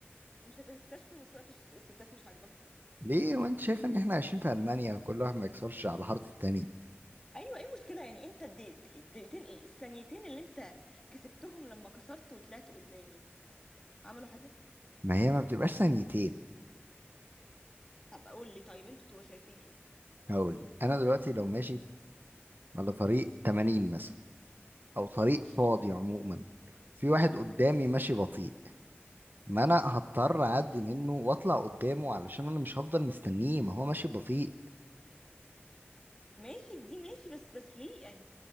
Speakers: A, on the left; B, on the right.
A: مش هتكتشفوا ان سواقه الشت- الستات مش عاجباكم كده
B: ليه وانت شايفة ان احنا عايشين في المانيا وكل واحد ما يكسرش على حارة التاني
A: ايوه ايه المشكله يعني انت الدقيقت- الدقيقتين ايه الثانيتين اللي انت كسبتهم لما كسرت وطلعت قدامي عملوا حاجه
B: ما هي ما بتبقاش ثانيتين
A: طب قول لي طيب انتوا بتبقوا شايفين ايه
B: هقول انا دلوقتي لو ماشي على طريق 80 مثلا او طريق
A: ماشي
B: فاضي عموما في واحد قدامي ماشي بطيء ما انا هضطر اعدي منه واطلع قدامه علشان انا مش هفضل مستنيه ما هو ماشي بطيء
A: ماشي في دي ماشي بس بس ليه يعني